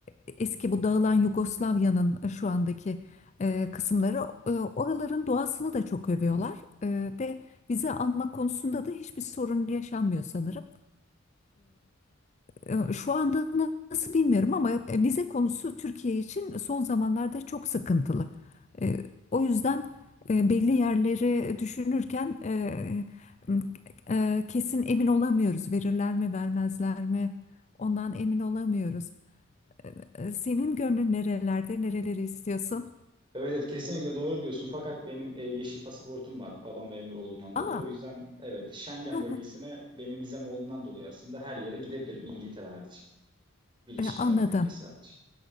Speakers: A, on the left; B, on the right.
A: eski bu dağılan Yugoslavya'nın e, şu andaki e, kısımları e, oraların doğasını da çok övüyorlar E, ve vize alma konusunda da hiçbir sorun yaşanmıyor sanırım. E, Şu anda nasıl bilmiyorum ama e, vize konusu Türkiye için son zamanlarda çok sıkıntılı. E, O yüzden e, belli yerleri düşünürken e, ıı, e, kesin emin olamıyoruz. Verirler mi, vermezler mi? Ondan emin olamıyoruz. E, Senin gönlün nerelerde, nereleri istiyorsun?
B: Evet, evet kesinlikle doğru diyorsun. Fakat benim e, yeşil pasaportum var. Babam memur olduğundan dolayı.
A: Aa,
B: O yüzden evet Schengen
A: <laughs>
B: bölgesine benim vizem olduğundan dolayı aslında her yere gidebilirim İngiltere hariç. Birleşik
A: e, anladım.
B: Krallık ülkesi hariç.